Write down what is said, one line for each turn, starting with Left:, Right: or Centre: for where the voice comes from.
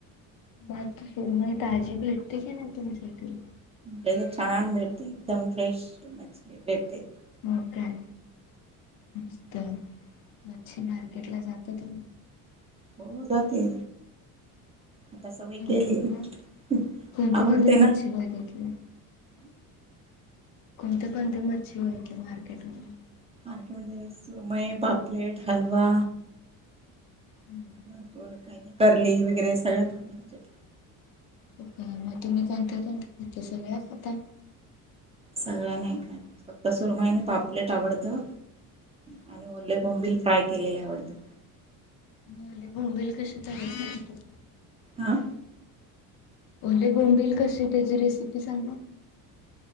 Left: मस्त सुरमई ताजी भेटते कि नाही तुमच्याइकडे?
Right: तर छान भेटते एकदम फ्रेश मच्छि भेटते
Left: मग काय मस्त मच्छि मार्केट ला जा <unintelligible>
Right: हो जाते. आता सवय
Left: हो
Right: केली
Left: मग
Right: हाय
Left: कोणती
Right: आवडते
Left: कोणती
Right: ना
Left: मच्छी बघितली कोणते कोणते मच्छी ओळखत्यात मार्केट मध्ये?
Right: ह्याच्यामंदे सुरमई, पापलेट, हलवा
Left: हो
Right: भरपूर काय काय करली वगैरे सगळ्यां प्रकारचे
Left: मगं काय मगं तुम्ही कोणत्या कोणत्या खाता सगळ्या खाता?
Right: सगळ्यां नाही काय फक्त सुरमाई आणि पापलेट आवडतं. आणि ओले बोंबिल फ्राय केलेले आवडतात.
Left: म ओले बोंबील कशी तयार करतो?
Right: आ!
Left: ओले बोंबील कशी त्याची रेसिपी सांगाल?